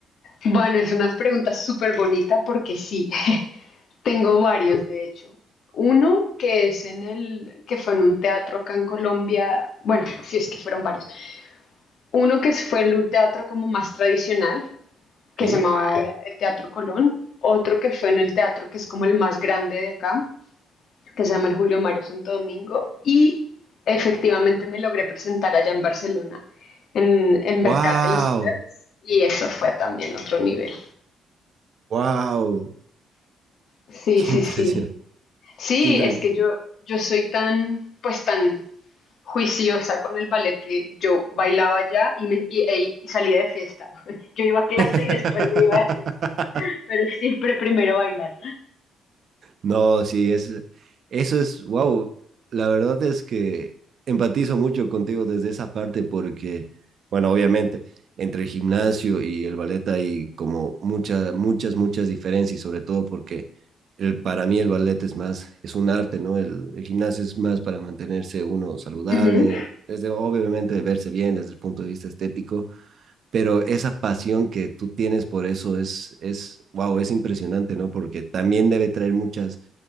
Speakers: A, on the left; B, on the right.
A: Bueno, es una pregunta súper bonita porque sí, <laughs> tengo varios de hecho. Uno que es en el, que fue en un teatro acá en Colombia, bueno, si es que fueron varios. Uno que fue en un teatro como más tradicional,
B: ¿Ok?
A: que se llamaba el, el Teatro Colón. Otro que fue en el teatro que es como el más grande de acá, que se llama el Julio Mario Santo Domingo, y efectivamente me logré presentar allá en Barcelona, en el
B: Wow,
A: Mercat de les Fleurs, y eso fue también otro nivel.
B: wow, <laughs>
A: Sí,
B: qué
A: sí,
B: impresión,
A: sí. Sí,
B: qué impresión.
A: es que yo, yo soy tan, pues tan juiciosa con el ballet que yo bailaba allá y, me- y- e- y salía de fiesta. <laughs> Yo iba a clase
B: <laughs>
A: y después me iba de fiesta, pero siempre primero bailar.
B: No, sí, es, eso es, wow, la verdad es que empatizo mucho contigo desde esa parte porque, bueno, obviamente, entre el gimnasio y el ballet hay como muchas, muchas, muchas diferencias, y sobre todo porque el, para mí el ballet es más, es un arte, ¿no? El, el gimnasio es más para mantenerse uno saludable,
A: Ujú,
B: desde, obviamente, verse bien desde el punto de vista estético pero esa pasión que tú tienes por eso es, es, wow, es impresionante, ¿no? Porque también debe traer muchas,